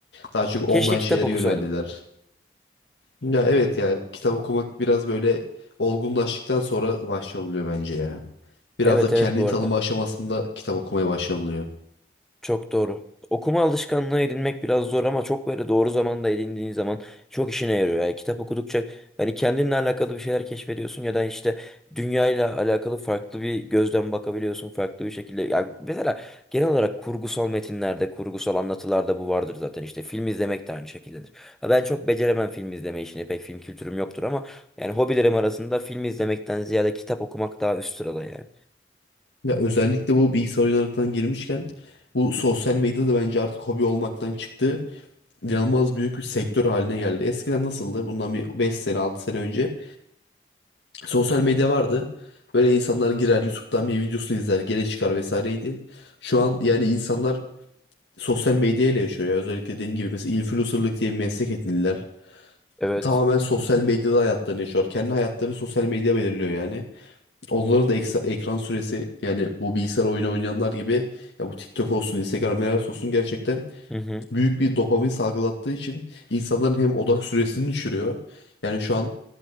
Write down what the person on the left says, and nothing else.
Daha çok
online
şeylere
yöneldiler. Ya evet ya kitap okumak biraz böyle olgunlaştıktan sonra başlanılıyor bence ya. Biraz
da kendini
tanıma
aşamasında kitap okumaya başlanılıyor.
Ya özellikle bu bilgisayar oyunlarından girmişken bu sosyal medya da bence artık hobi olmaktan çıktı. İnanılmaz büyük bir sektör haline geldi. Eskiden nasıldı? Bundan bir 5 sene 6 sene önce sosyal medya vardı. Böyle insanlar girer YouTube'dan bir videosunu izler, gene çıkar vesaireydi. Şu an yani insanlar sosyal medya ile yaşıyor ya. Özellikle dediğim gibi mesela influencerlık diye bir meslek edindiler.
tamamen sosyal medyada hayatlarını yaşıyor. Kendi hayatlarını sosyal medya belirliyor yani. Onların da eksa- ekran süresi yani bu bilgisayar oyunu oynayanlar gibi ya bu TikTok olsun, Instagram Reels olsun gerçekten
büyük bir dopamin salgılattığı için insanların hem odak süresini düşürüyor. Yani şu an